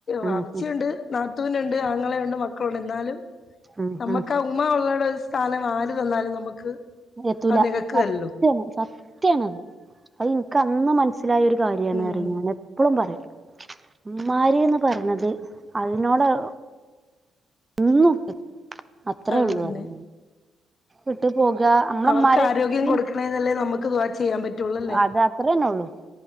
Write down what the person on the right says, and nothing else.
ഉം
ഉം
ഉംഉം
എത്തൂല
സത്യാണ് സത്യണത് അത് എനിക്ക് അന്ന് മന മനസ്സിലായ ഒരു കാര്യംണ്
ന്ന് ഞൻ എപ്പളും പറയും ഉമ്മാരിന്ന് പറഞ്ഞത് അതിനോട്ഒ ഒന്നും അത്രേ
ഉള്ളു
പറിം ഞാന് പോക ഞമ്മളെ
മ്മാരെ
പി
അത് അത്രന്നെ ഉള്ളു.